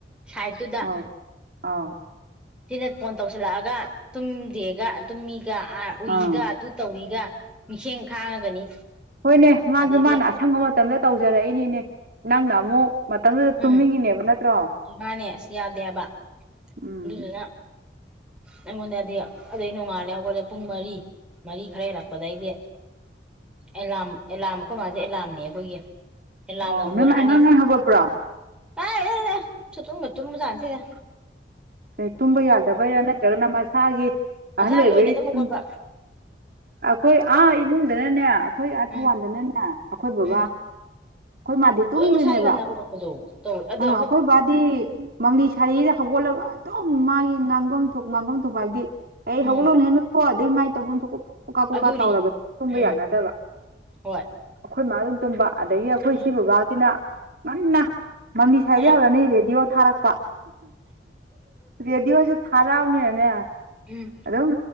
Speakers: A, in the centre; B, on the right.
A: ꯁꯥꯏꯠꯇꯨꯗ꯫
B: ꯑꯧ ꯑꯧ
A: ꯁꯤꯅ ꯐꯣꯟ ꯇꯧꯁꯤꯜꯂꯛꯑꯒ ꯇꯨꯝꯗꯦꯒ ꯇꯨꯝꯃꯤꯒ ꯑ ꯎꯏꯒ
B: ꯑꯥ
A: ꯑꯗꯨ ꯇꯧꯏꯒ꯫ ꯃꯤꯁꯦꯡ ꯈꯥꯡꯉꯒꯅꯤ꯫
B: ꯍꯣꯏꯅꯦ ꯃꯥꯁꯨ
A: ꯑꯗꯒꯤ
B: ꯃꯥꯅ ꯑꯁꯪꯕ ꯃꯇꯝꯗ ꯇꯧꯖꯔꯛꯏꯅꯤꯅꯦ ꯅꯪꯅ ꯑꯃꯨꯛ ꯃꯇꯝꯗꯨꯗ ꯇꯨꯝꯅꯤꯡꯉꯤꯅꯦꯕ
A: ꯎꯝ
B: ꯅꯠꯇ꯭ꯔꯣ
A: ꯃꯥꯅꯦ ꯑꯁ ꯌꯥꯗꯦꯕ
B: ꯎꯝ
A: ꯑꯗꯨꯗꯨꯅ
B: <unintelligible>
A: ꯑꯩꯉꯣꯟꯗ ꯍꯥꯏꯗꯤ ꯑꯗꯨꯗꯩ ꯅꯣꯡꯉꯥꯜꯂꯦ ꯍꯧꯒꯠꯂꯦ ꯄꯨꯡ ꯃꯔꯤ ꯃꯔꯤ ꯈꯔ ꯍꯦꯜꯂꯛꯄꯗꯩꯗꯤ ꯑꯦꯂꯥꯝ ꯑꯦꯂꯥꯔꯝ ꯑꯩꯈꯣꯏ ꯃꯥꯜꯁꯦ ꯑꯦꯂꯥꯝꯅꯦ ꯑꯩꯈꯣꯏꯒꯤ ꯑꯦꯂ
B: ꯑꯣ ꯅꯣꯏ
A: ꯂꯔ
B: ꯃꯥ ꯉꯟ
A: ꯑꯅꯤ
B: ꯉꯟ ꯍꯧꯒꯠꯄ꯭ꯔꯣ
A: ꯇꯥꯏꯅꯦ ꯁꯠꯇꯨꯝꯁꯨꯠꯇꯨꯝ ꯆꯥꯟꯁꯤꯦꯅꯦ
B: ꯀ ꯇꯨꯝꯕ ꯌꯥꯗꯕꯩꯔꯥ ꯅꯠꯇ꯭ꯔꯒꯅ ꯃꯁꯥꯒꯤ
A: ꯃꯁꯥꯒꯤ
B: ꯑꯍꯜ ꯑꯣꯏꯕꯩꯨꯝ
A: ꯑꯣꯏꯅ ꯑꯗꯨꯝ ꯍꯧꯒꯠꯄ
B: ꯑꯩꯈꯣꯏ ꯑꯥ ꯏꯃꯨꯡꯗꯅꯅꯦ ꯑꯩꯈꯣꯏ ꯑꯥ ꯊꯧꯕꯥꯜꯗꯅꯅꯦ
A: ꯎꯝ
B: ꯑꯩꯈꯣꯏ ꯕꯕꯥ
A: ꯎꯝ
B: ꯑꯩꯈꯣꯏ ꯃꯥꯗꯤ ꯇꯨꯝꯗꯣꯏꯅꯦꯕ
A: ꯑꯗꯨꯝ ꯃꯁꯥꯒꯤ ꯉꯟꯅ ꯍꯧꯒꯠꯄꯗꯣ ꯇꯧꯋꯦ ꯑꯗꯣ
B: ꯑꯝ ꯑꯩꯈꯣꯏ ꯕꯥꯗꯤ ꯃꯂꯤ ꯁꯥꯔꯤꯗ ꯍꯧꯒꯠꯂꯒ ꯁꯨꯝ ꯃꯥꯒꯤ ꯉꯥꯡꯐꯝ ꯊꯣꯛ ꯉꯥꯡꯐꯝ ꯊꯣꯛꯄ ꯍꯥꯏꯕꯗꯤ ꯑꯩ
A: ꯎꯝ
B: ꯍꯧꯒꯠꯂꯣꯟ ꯍꯦꯟꯕꯣ ꯑꯗꯗꯒꯤ ꯃꯥꯏ ꯇꯧꯐꯝ ꯊꯣꯛꯄ ꯀꯣꯀꯥ ꯀꯣꯀꯥ
A: ꯑꯗꯨꯅꯤ
B: ꯇꯧꯔꯕ ꯇꯨꯝꯕ
A: ꯎꯝ
B: ꯌꯥꯅꯗꯕ
A: ꯍꯣꯏ
B: ꯑꯩꯈꯣꯏ ꯃꯥꯥ ꯑꯗꯨꯝ ꯇꯨꯝꯕ ꯑꯗꯒꯤ ꯑꯩꯈꯣꯏ
A: ꯎꯝ
B: ꯁꯤ ꯕꯕꯥꯒꯤꯅ ꯉꯟꯅ ꯃꯃꯤ ꯁꯥꯏꯗ
A: ꯑ
B: ꯌꯧꯔꯅꯤ ꯔꯦꯗꯤꯑꯣ ꯊꯥꯔꯛꯄ ꯔꯦꯗꯤꯑꯣꯁꯦ ꯊꯥꯔꯛꯑꯕꯅꯤꯅꯅꯦ
A: ꯎꯝ
B: ꯑꯗꯨꯝ